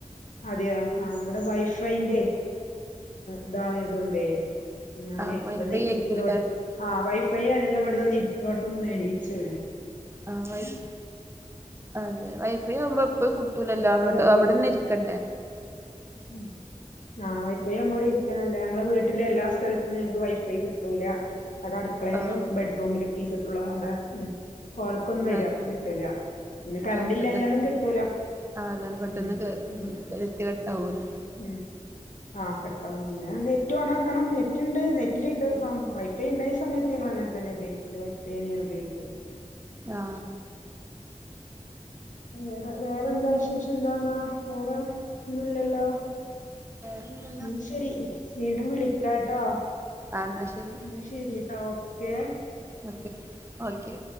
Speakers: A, on the left (about 70°); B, on the right (about 20°).
A: അതെയോ ആവടെ വൈഫൈന്റെ ഇതായതോണ്ടേ ഞാന്
B: ആഹ് വൈഫൈ
A: ഇവിടുന്ന്
B: ആയിരിക്കൂല്ലേ
A: ഇരിക്കണോട ആഹ് വൈഫൈ ആല്ലവിടന്ന്ന്നന്ന് ഇടത്തോട്ടൊന്ന് നേടിച്ചു
B: ആ വൈഫ് അതെ വൈഫൈ ആവുമ്പോ എപ്പഴും കുട്ടൂലല്ലോ
A: വേറെ
B: അങ്ങോട്ട്
A: എന്തെ
B: അവിടെന്നെരി ക്കണ്ട
A: <inaudible> ആ വൈഫൈ ആവുമ്പോ ഇവിടെ ഇരിക്കണല്ലേ ഞങ്ങളെ വീട്ടിലെ എല്ലാ സ്ഥലത്തും ഞങ്ങക്ക് വൈഫൈ കിട്ടൂല അത് അടുക്കളയിലും
B: ആഹ്
A: ബെഡ്റൂമിലൊക്കെ കിട്ടുള്ളൂ അവിടെ മ് ഹോള്ക്കൊന്നും വര
B: ആഹ്
A: കിട്ടൂല പിന്നെ കറണ്ട്
B: ആഹ്
A: ഇല്ലാഞ്ഞാലും
B: പെട്ടെന്ന്
A: കിട്ടൂല.
B: അതാണ് പെട്ടെന്ന്
A: ഉം
B: കെ
A: ഉം
B: എത്തി കെട്ടാവൂല്ലോ
A: ഉം ആ കെട്ടാം പിന്നെ നെറ്റ് ഓണാക്കണം നെറ്റ്ണ്ട് നെറ്റിൽ ഇട് വൈഫൈ ഉണ്ടായ സമയത്ത് ഞങ്ങള്ങ്ങനാ തന്നെ ബൈക്കില് വൈഫൈന്യാണ് ഉപയോഗിക്കല്
B: ആ
A: വേറെ വേറെന്താ വിശേഷം എന്താന്നാ വേറെ ഒന്നും ഇല്ലല്ലോ
B: വേറെന്താ
A: ഉം ശെരി വീണ്ടും വിളിക്കാട്ടോ
B: ആ എന്നാ ശരി
A: ന്നാ ശെരിട്ടാ ഓക്കേ
B: ഓക്കെ ഓക്കെ